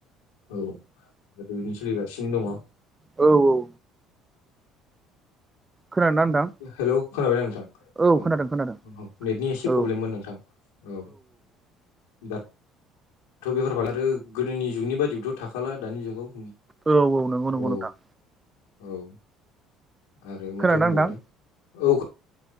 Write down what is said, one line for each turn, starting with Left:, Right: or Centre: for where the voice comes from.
Left: औ दाथ' बिदिनो सोलिगासिनो दङ
Right: औ औ। खोनादोंना नोंथां।
Left: हेलौ खोनाबाय द नोंथां
Right: औ
Left: औ।
Right: खोनादों खोनादों
Left: नेटनि एसे
Right: औ
Left: प्रब्लेममोन नोंथां औ दा। द' बेफोरार फाल आरो गोदोनि जुगनि बायदिबोथ' थाखाला दानि जुगाव
Right: औ औ नंगौ नंगौ
Left: औ
Right: नोंथां।
Left: औ आरो
Right: खोनादोंना
Left: माथो बुंबावनो
Right: नोंथां
Left: औ।